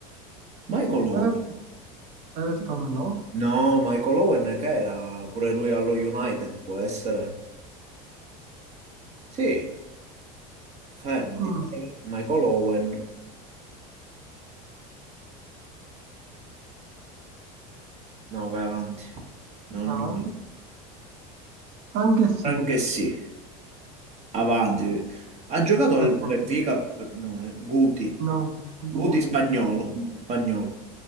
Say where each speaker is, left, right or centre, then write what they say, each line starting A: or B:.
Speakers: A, on the right (about 35°); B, on the right (about 60°).
A: Michael Owen.
B: Ever- Everton no,
A: No, Michael Owen che era pure lui allo United, può essere. Sì, fermati.
B: Mm,
A: Michael Owen. No, vai avanti. Non...
B: avanti. Frank sì,
A: Anche sì, avanti. Ha giocato
B: perfetto,
A: al Benfica, no, eh, Guti.
B: no,
A: Guti
B: Guti,
A: spagnolo, spagnolo.